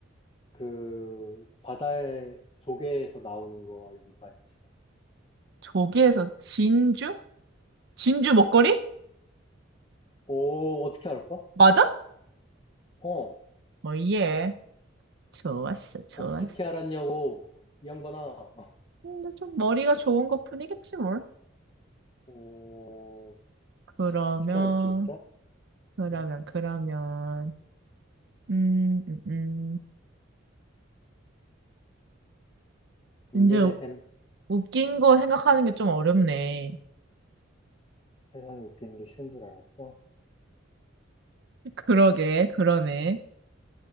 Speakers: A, on the left; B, on the right.
A: 그, 바다의 조개에서 나오는 거와 연관이 있어.
B: 조개에서 진주? 진주 먹거리?
A: 오, 어떻게 알았어?
B: 맞아?
A: 어,
B: 어, 예. 좋았어, 좋았어.
A: 어떻게 알았냐고, 이 양반아. <laughs>
B: 근데 좀 머리가 좋은 것 뿐이겠지 뭘.
A: 오,
B: 그러면,
A: 어떻게 알았지, 진짜?
B: 그러면,
A: 음,
B: 그러면. 음, 음, 음.
A: 문제
B: 이제
A: 내셈.
B: 웃긴 거 생각하는 게 좀 어렵네.
A: 세상에 웃기는 게 쉬운 줄 알았어.
B: 그러게, 그러네.